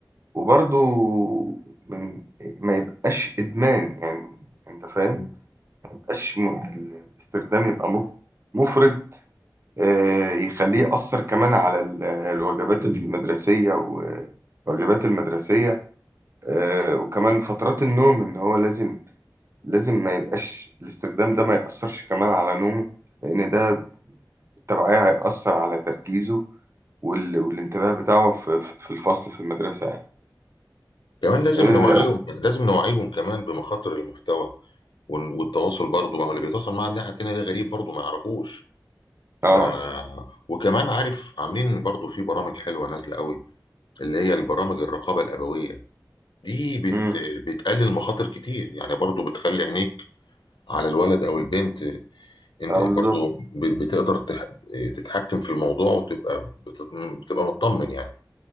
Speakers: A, on the right; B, on the left.
A: وبرضو من ما يبقاش ادمان يعني انت فاهم
B: بتاعتهم
A: ما يبقاش م- الاستخدام يبقى مف- مفرط آه، يخليه يأثر كمان على ال- الوجبات المدرسية والواجبات المدرسية آه، وكمان فترات النوم ان هو لازم لازم ما يبقاش الاستخدام ده ما يأثرش كمان على نومه لان ده بالتبعية هيأثر على تركيزه وال... والانتباه بتاعه في... في في الفصل في المدرسة يعني
B: كمان لازم
A: اه
B: نوعيهم لازم نوعيهم كمان بمخاطر المحتوى ون- والتواصل برضه ما هو اللي بيتواصل مع الناحية التانية ده غريب برضه ما يعرفوش ف
A: اه,
B: وكمان عارف عاملين برضه في برامج حلوة نازلة قوي اللي هي البرامج الرقابة الأبوية دي بت...
A: مم.
B: بتقلل مخاطر كتير يعني برضه بتخلي عينيك على الولد أو البنت إن
A: آه بالظبط
B: برضه ب... بتقدر تح... تتحكم في الموضوع وتبقى بت... بتبقى مطمن يعني